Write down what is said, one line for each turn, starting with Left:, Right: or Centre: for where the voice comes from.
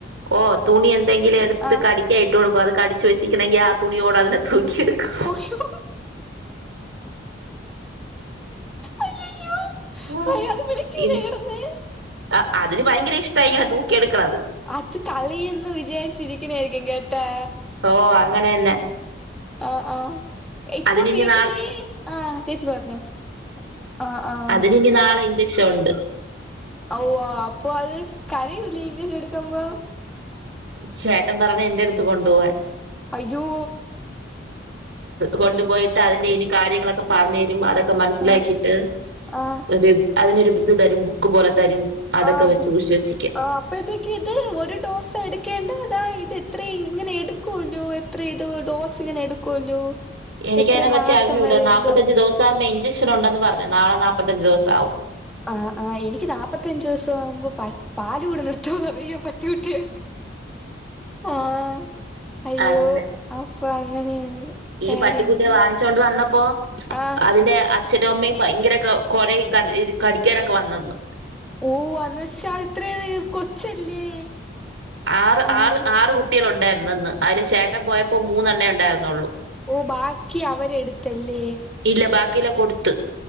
Right: ഓ തുണി എന്തെങ്കിലും എടുത്ത്
Centre: ആഹ്
Right: കടിക്കാനിട്ട് കൊടുക്കും അത് കടിച്ച് വെച്ച്ക്കണെങ്കി ആ തുണിയോടെ അതിനെ തൂക്കിയെടുക്കും
Centre: ഓയ്യൂ അയ്യയ്യോ
Right: ആഹ
Centre: അയ്യോ അത് വിളിക്കൂലേ
Right: ഇത് <unintelligible>
Centre: കെടന്ന്
Right: ആ അതിന് ഭയങ്കര ഇഷ്ടാ ഇങ്ങനെ തൂക്കി എടുക്കണത്
Centre: അത് കളിന്ന് വിജാരിചിരിക്കണാരിക്കും കേട്ടാ
Right: ഓ അങ്ങനെന്നെ
Centre: ആഹ് ആ ഇപ്പൊ
Right: അതിനിനി
Centre: വീട്ടില്
Right: നാളെ
Centre: ആ ചേച്ചി പറഞ്ഞോ ആഹ് ആഹ്
Right: അതിന് ഇനി നാളെ ഇൻചക്ഷൻ ഉണ്ട്
Centre: ഓ അപ്പൊ അത് കരയൂല്ലേ ഇഞ്ചക്ഷൻ എടുക്കുമ്പോ
Right: ചേട്ടൻ പറഞ്ഞ എന്റെടുത്ത് കൊണ്ടുപോവാൻ
Centre: അയ്യോ
Right: കൊണ്ടുപോയിട്ട് അതിന്റെ ഇനി കാര്യങ്ങളൊക്കെ പറഞ്ഞു തരുമ്പോ അതൊ ക്കെ മനസ്സിലാക്കിട്ട്
Centre: ആഹ് ആഹ്
Right: ഒരു അതിനൊരു ഇത് തരും ബുക്ക് പോലെ തരും അതൊക്കെ
Centre: ആഹ്
Right: വെച്ച്
Centre: ബുക്ക്
Right: സൂക്ഷിച്ച് വെച്ചിക്ക്
Centre: ആഹ് അപ്പോഴത്തേക്ക് ഇത് ഒരു ഡോസ് എടുക്കേണ്ട അതാ ഇത് എത്ര ഇങ്ങനെ എടുക്കോല്ലോ എത്ര ഇത് ഡോസ്ങ്ങനെ എടുക്കുവല്ലോ
Right: എനിക്ക്
Centre: എത്ര
Right: അതിനെപറ്റി
Centre: മാസം
Right: അറിഞ്ഞുകൂട
Centre: വരെ
Right: നാപ്പത്തഞ്ച
Centre: എന്തോ
Right: ദിവസാവുമ്പോ ഇഞ്ചക്ഷൻണ്ടെന്ന് പറഞ്ഞ നാളെ നാല്പ്പത്തഞ്ച് ദിവസവും
Centre: ആഹ് ആ എനിക്ക് നാല്പ്പത്തഞ്ചച് ദിവസം ആവുമ്പോ പ പാല് കൂടി നിർത്തുന്നറിയൻ പറ്റി ആഹ് അയ്യോ
Right: അങ്ങനെ
Centre: അപ്പൊ അങ്ങനെയാണ്
Right: ഈ
Centre: കാര്യങ്ങള്
Right: പട്ടിക്കുട്ടിയെ വാങ്ങിച്ചൊണ്ട് വന്നപ്പോ
Centre: ആഹ്
Right: അതിന്റെ ചഛനും അമ്മയും ഭയങ്കര കുറേ ക കടിക്കാനൊക്കെ വന്നന്നു
Centre: ഓഹ് അന്ന് വെച്ചാ ഇത്രേ കൊച്ചല്ലേ
Right: ആറ്
Centre: ആഹ്
Right: ആറ് ആറ് കുട്ടികൾ ഉണ്ടായിരുന്നു അന്ന് അതില് ചേട്ടൻ പോയപ്പോ മൂന്നെണ്ണേ ഉണ്ടായിരുന്നുള്ളു
Centre: ഓഹ് ബാക്കി അവരെടുത്തല്ലേ
Right: ഇല്ല ബാക്കിെല്ലാം കൊടുത്ത്